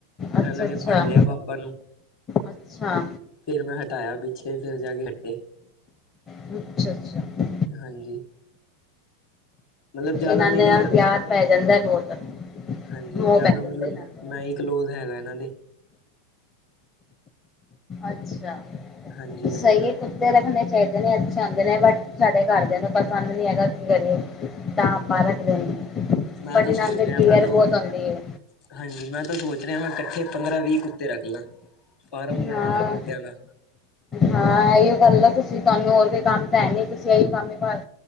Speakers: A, on the left (about 25°); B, on the left (about 40°).
A: ਅੱਛਾ
B: ਏਨਾਂ ਨੇ
A: ਅੱਛਾ
B: ਫੜ ਲਿਆ ਪਾਪਾ ਨੂੰ।
A: ਅੱਛਾ
B: ਫੇਰ ਮੈਂ ਹਟਾਇਆ ਪਿੱਛੇ, ਫੇਰ ਜਾ ਕੇ ਹਟੇ।
A: ਅੱਛਾ-ਅੱਛਾ।
B: ਹਾਂਜੀ। ਮਤਲਬ ਜਾਦਾ
A: ਇਹਨਾਂ
B: ਮੇਰੀ
A: ਦੇ ਨਾਲ
B: ਕਰਦੇ
A: ਪਿਆਰ
B: ਐ,
A: ਪੈ ਜਾਂਦਾ ਬਹੁਤ
B: ਹਾਂਜੀ
A: ਮੋਹ
B: ਜਾਦਾ
A: ਪੈ
B: ਮਤਲਬ
A: ਜਾਂਦਾ ਇਹਨਾਂ ਦਾ
B: ਮੈਂ ਈ ਕਲੋਜ਼ ਹੈਗਾ ਇਹਨਾਂ ਦੇ।
A: ਅੱਛਾ,
B: ਹਾਂਜੀ
A: ਸਹੀ
B: ਹਾਂਜੀ
A: ਏ- ਕੁੱਤੇ ਰੱਖਣੇ ਚਾਹੀਦੇ ਨੇ, ਅੱਛੇ ਹੁੰਦੇ ਨੇ ਬਟ, ਸਾਡੇ ਘਰਦਿਆਂ ਨੂੰ ਪਸੰਦ ਨੀ ਹੈਗਾ, ਕੀ ਕਰੀਏ। ਤਾਂ ਆਪਾਂ ਰੱਖਦੇ ਨੀ,
B: ਮੈਂ
A: ਬਟ
B: ਤਾਂ
A: ਇਹਨਾਂ
B: ਸੋਚ
A: ਦੀ
B: ਰਿਹਾ
A: ਕੇਅਰ
B: ਮੈਂ ਤਾਂ
A: ਬਹੁਤ
B: ਉਹ
A: ਹੋਂਦੀ ਏ।
B: ਹਾਂਜੀ ਮੈਂ ਤਾਂ ਸੋਚ ਰਿਆ ਵਾ, ਕੱਠੇ ਪੰਦਰਾਂ ਵੀਹ ਕੁੱਤੇ ਰੱਖ ਲਾਂ, ਫਾਰਮ ਬਣਾਦਾ
A: ਹਾਂ
B: ਕੁੱਤਿਆਂ ਦਾ।
A: ਹਾਂ ਇਹੀਓ ਗੱਲ ਆ ਤੁਸੀਂ ਤੁਹਾਨੂੰ ਹੋਰ ਕੋਈ ਕੰਮ ਤਾਂ ਹੈ ਨੀ, ਤੁਸੀਂ ਇਹੀ ਕੰਮ ਭਰ,